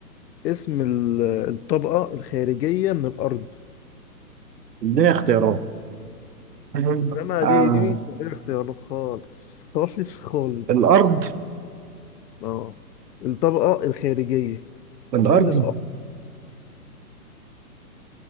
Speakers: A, on the left; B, on the right.
A: اسم ال- الطبقة الخارجية من الأرض
B: اديني اختيارات <laughs>
A: إنما
B: آه.
A: دي دي مش من غير اختيارات خالص خالص خالص
B: الارض
A: اه الطبقة الخارجية
B: الارض
A: من الأرض